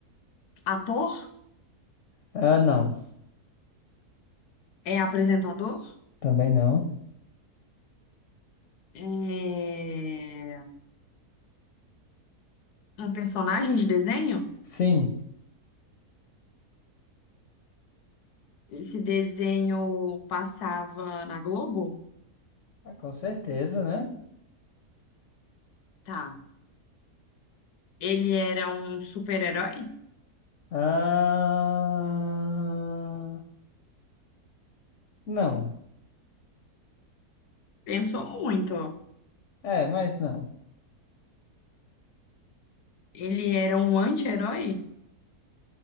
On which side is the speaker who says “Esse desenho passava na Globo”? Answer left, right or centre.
Left